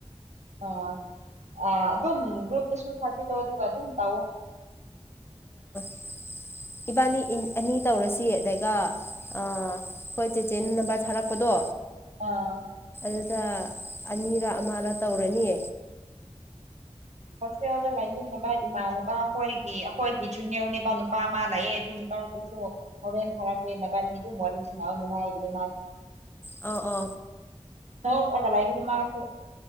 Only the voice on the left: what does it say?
<inaudible> ꯏꯕꯥꯅꯤ ꯑꯅꯤ ꯇꯧꯔꯁꯤ ꯑꯗꯨꯒ ꯑꯩꯣꯏ ꯆꯦꯆꯦ ꯅꯝꯕꯔ ꯊꯥꯔꯛꯄꯗꯣ
ꯑꯗꯨꯗ ꯑꯅꯤꯔ ꯑꯃꯔ ꯇꯧꯔꯅꯤ
ꯑꯣ ꯑꯣ